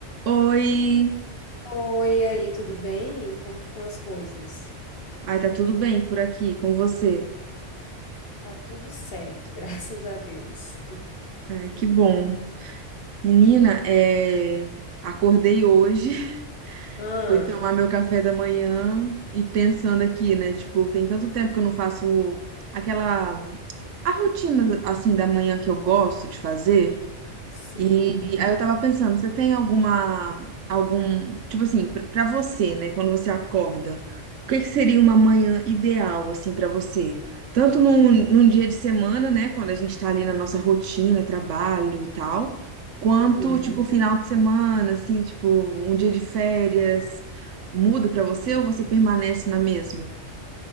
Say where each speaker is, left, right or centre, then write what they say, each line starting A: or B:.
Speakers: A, on the right (about 80°); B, on the left (about 50°).
A: Oi!
B: Oi, e aí, tudo bem? Como que estão as coisas?
A: Ai, tá tudo bem por aqui com você?
B: Tá tudo certo, <laughs> graças a Deus. Tu-
A: Ai, que bom. Menina, é... acordei hoje, <laughs>
B: Ah,
A: fui tomar meu café da manhã e pensando aqui, né? Tipo, tem tanto tempo que eu não faço aquela... A rotina, assim, da manhã que eu gosto de fazer.
B: sim.
A: E aí eu tava pensando, você tem alguma, algum, tipo assim, pr- pra você, né, quando você acorda, o que que seria uma manhã ideal, assim, pra você? Tanto num, num dia de semana, né, quando a gente tá ali na nossa rotina, trabalho e tal, quanto,
B: Uhum.
A: tipo, final de semana, assim, tipo, um dia de férias, muda pra você ou você permanece na mesma?